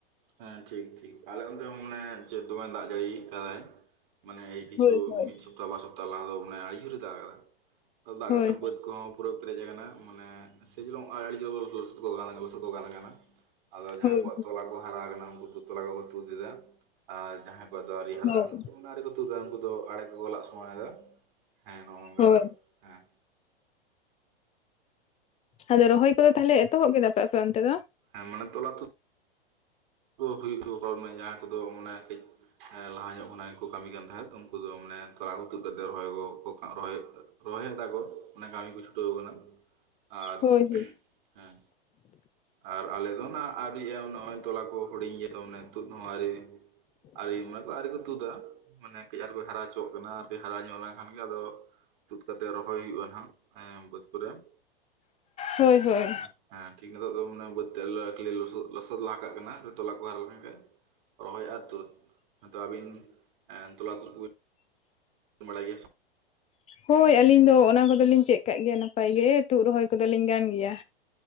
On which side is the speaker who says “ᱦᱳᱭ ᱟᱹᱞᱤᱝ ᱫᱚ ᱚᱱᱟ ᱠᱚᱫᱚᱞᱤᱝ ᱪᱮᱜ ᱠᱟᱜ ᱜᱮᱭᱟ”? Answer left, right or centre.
Left